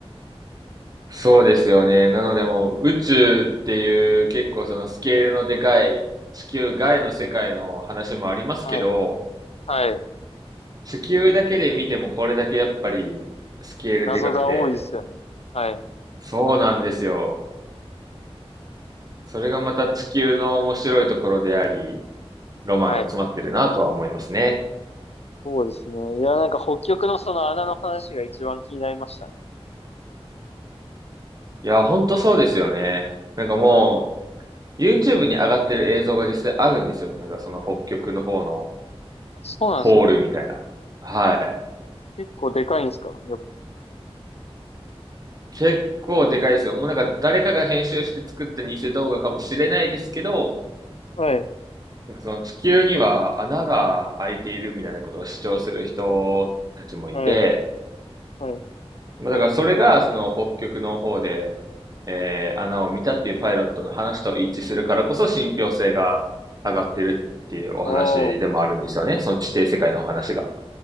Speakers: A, on the right; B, on the left.
A: そうですよね。なのでもう宇宙っていう結構そのスケールのでかい地球外の世界の話もありますけど、
B: はい。はい。
A: 地球だけで見てもこれだけやっぱりスケールでかくて、
B: 謎が多いですよね。はい。
A: そうなんですよ。それがまた地球の面白いところであり、ロマンが詰まってるなとは思いますね。
B: はい。そうですね。いや、なんか北極のその穴の話が一番気になりましたね。
A: いや、ほんとそうですよね。なんかも
B: はい。
A: う、YouTube に上がってる映像が実際あるんですよ。なんかその北極の方の
B: そうなんですね。
A: ホールみたいな。はい。
B: 結構でかいんですかよ
A: 結構でかいですよ。もうなんか誰かが編集して作った偽動画かもしれないですけど、
B: はい、
A: なんかその地球には穴が開いているみたいなことを主張する人たちもいて、
B: はい、はい。
A: まあ、だからそれが、その北極の方で、えー穴を見たっていうパイロットの話と一致するからこそ信憑性が上がってるっていうお話でもあるんですよね。
B: ああ、
A: その地底世界のお話が。